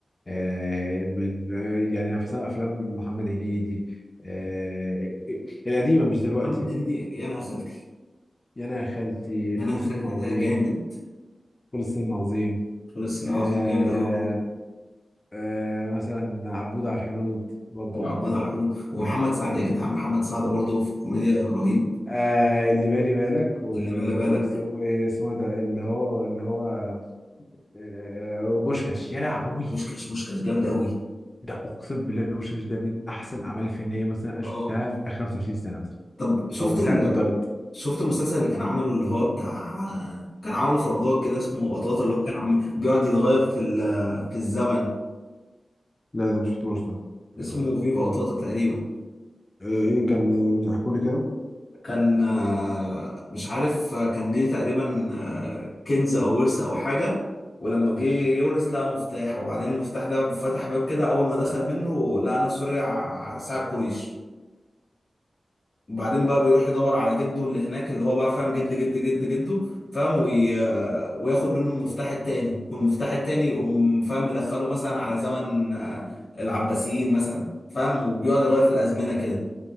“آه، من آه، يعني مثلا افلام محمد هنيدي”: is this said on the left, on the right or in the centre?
Left